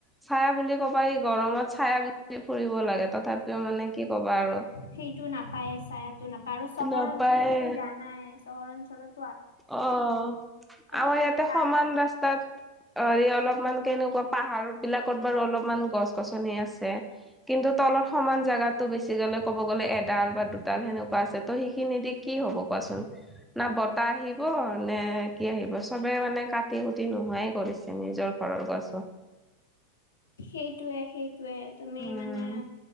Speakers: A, in the centre; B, on the left.
A: ছায়া বুলি ক'বা ই গৰমত ছায়া বি ফুৰিব লাগে তথাপি <unintelligible> কি ক'বা আৰু।
B: সেইটো নাপায় ছায়াতো নাপায় আৰু চহৰ
A: নাপায়ে
B: অঞ্চলতো জানাই চহৰ অঞ্চলত
A: অ' আমাৰ
B: তথাপি
A: ইয়াতে
B: পায়
A: সমান ৰাস্তাত হেৰি অলপমান কেনেকুৱা পাহাৰ বিলাকত বাৰু অলপমান গছ গছনি আছে। কিন্তু তলৰ সমান জোগাতটো বেছি ক'লে ক'ব গ'লে এডাল বা দুডাল সেনেকুৱা আছে। ত' সেইখিনি দি কি হ'ব কোৱাচোন, না বত <unintelligible> আহিব নে কি আহিব চবে মানে কাটি কুটি নোহোৱাই কৰিছে নিজৰ ঘৰৰ গছো।
B: সেইটোৱে সেইটোৱে তুমি
A: উম
B: মানে